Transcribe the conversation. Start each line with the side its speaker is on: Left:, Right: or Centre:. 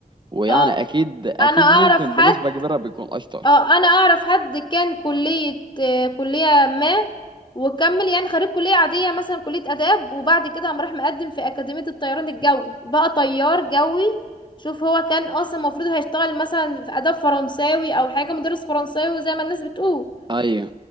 Right: ويعني
Left: اه
Right: اكيد اكيد
Left: انا اعرف
Right: ممكن
Left: حد
Right: بنسبة كبيرة بيكون اشطر
Left: اه انا اعرف حد كان كلية آه، كلية ما وكمل يعني خريج كلية عادية مثلا كلية آداب وبعد كده قام راح مقدم في أكاديمية الطيران الجوي بقى طيار جوي شوف هو كان اصلا المفروض هيشتغل مثلا في آداب فرنساوي او حاجة مدرس فرنساوي زي ما الناس بتقول
Right: ايوه